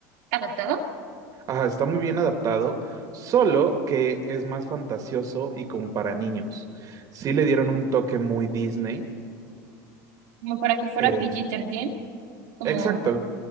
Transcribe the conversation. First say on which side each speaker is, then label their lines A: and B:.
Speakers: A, on the right; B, on the right.
A: ¿Adaptado?
B: Ajá, está muy bien adaptado, solo que es más fantasioso y como para niños. Sí le dieron un toque muy Disney.
A: Como para que fuera
B: Eh,
A: PG-13, como,
B: exacto.